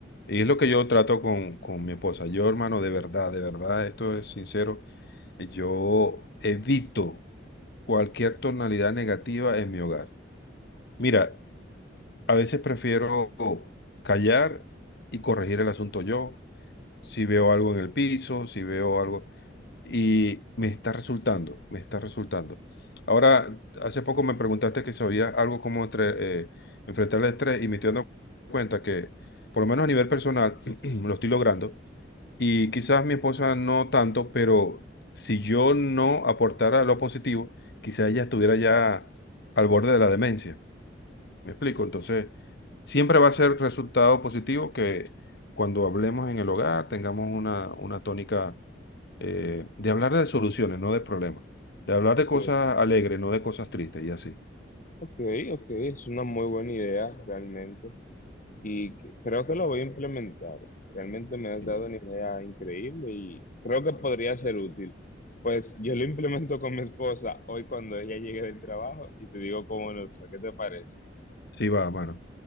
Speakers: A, on the left; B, on the left.
A: Y es lo que yo trato con, con mi esposa. Yo, hermano, de verdad, de verdad, esto es sincero, yo evito cualquier tonalidad negativa en mi hogar. Mira, a veces prefiero callar y corregir el asunto yo. Si veo algo en el piso, si veo algo y me está resultando, me está resultando. Ahora, hace poco me preguntaste que sabía algo como entre, eh, enfrentar el estrés y me estoy dando cuenta que, por lo menos a nivel personal, <clears throat> lo estoy logrando y quizás mi esposa no tanto, pero si yo no aportara lo positivo, quizás ella estuviera ya al borde de la demencia. ¿Me explico? Entonces, siempre va a ser resultado positivo que cuando hablemos en el hogar tengamos una, una tónica eh, de hablar de soluciones, no de problemas, de hablar
B: Ok,
A: de cosas alegres, no de cosas tristes y así.
B: ok, ok, es una muy buena idea realmente y que- creo que lo voy a implementar. Realmente me has
A: Sí,
B: dado una idea increíble y creo que podría ser útil. Pues yo lo implemento con mi esposa hoy cuando ella llegue del trabajo y te digo cómo nos fue, ¿qué te parece?
A: Sí va, mano.